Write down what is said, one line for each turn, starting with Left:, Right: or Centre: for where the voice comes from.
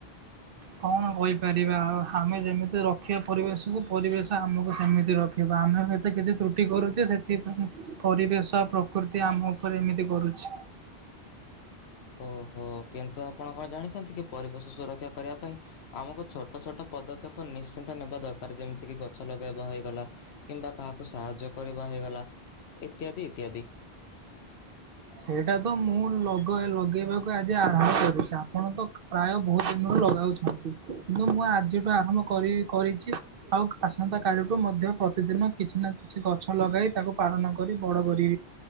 Right: କଣ କହିପାରିବା ଆଉ ଆମେ ଯେମିତି ରଖିବା ପରିବେଶକୁୁ ପରିବେଶ ଆମକୁ ସେମିତି ରଖିବ। ଆମେ ଏତ କିଛି ତ୍ରୁଟି କରୁଛେ ସେଥିପାଇଁ ପରିବେଶ ପ୍ରକୃତି ଆମ ଉପରେ ଏମିତି କରୁଛି।
Left: <inaudible> ଓହୋ କିନ୍ତୁ ଆପଣ କଣ ଜାଣିଛନ୍ତି କି ପରିବେଶ ସୁରକ୍ଷା କରିବା ପାଇଁ ଆମକୁ ଛୋଟ ଛୋଟ ପଦକ୍ଷେପ ନିଶ୍ଚିନ୍ତ ନେବା ଦରକାର ଯେମିତି କିି ଗଛ ଲଗେଇବା ହେଇଗଲା କିମ୍ବା କାହାକୁ ସାହାଯ୍ୟ କରିବା ହେଇଗଲା ଇତ୍ୟାଦି ଇତ୍ୟାଦି।
Right: ସେଇଟା ତ ମୁଁ ଲଗ ଲଗେଇବାକୁ ଆଜି ଆରମ୍ଭ କରିୁଛି ଆପଣ ତ ପ୍ରାୟ ବହୁତ ଦିନ ଲଗାଉଛନ୍ତି କିନ୍ତୁ ମୁଁ ଆଜିଠୁ ଆରମ୍ଭ କରି କରିଛି ଆଉ ଆସନ୍ତାକାଲିଠୁ ମଧ୍ୟ ପ୍ରତିଦିନ କିଛି ନା କିଛି ଗଛ ଲଗାଇ ତାକୁ ପାଳନ କରି ବଡ଼ କରି